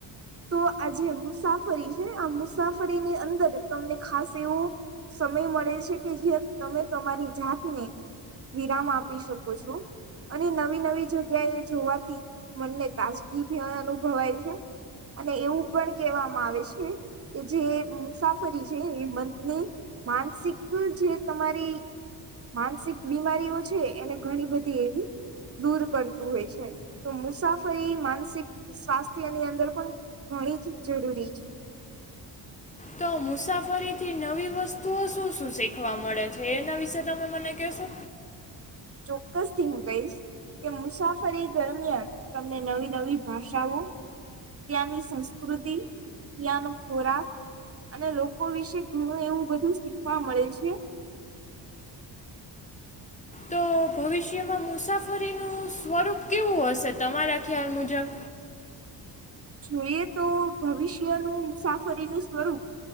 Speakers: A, on the right (about 35°); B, on the left (about 15°).
A: તો આ જે મુસાફરી છે, આ મુસાફરીની અંદર તમને ખાસ એવું સમય મળે છે, કે જે તમે તમારી જાતને વિરામ આપી શકો છો અને નવી નવી જગ્યા એ જોવાથી મનને તાજગી ભી અનુભવાય છે. અને એવું પણ કહેવામાં આવે છે, કે જે મુસાફરી છે, એ મનની માનસિક જે તમારી માનસિક બીમારીઓ છે, એને ઘણી બધી એવી દૂર કરતું હોય છે, તો મુ સાફરી માનસિક સ્વાસ્થ્યની અંદર પણ ઘણી જ જરૂરી
B: તો મુસાફરીથી નવી વસ્તુઓ શું શું શીખવા મળે છે, એના વિશે તમે મને કેશો?
A: ચોક્કસથી હુ કહીશ. કે મુસાફરી દરમિયાન તમને નવી નવી ભાષાઓ તયાની સંસ્કૃતિ તયાનો ખોરાક અને લોકો વિશે ઘણું એવું બધું શીખવા મળે છે.
B: તો ભવિષ્યમાં મુસાફરીનું સ્વરૂપ કેવું હશે તમારા ખ્યાલ મુજબ?
A: જોઈએ તો ભવિષ્યનું મુસાફરીનું સ્વરૂપ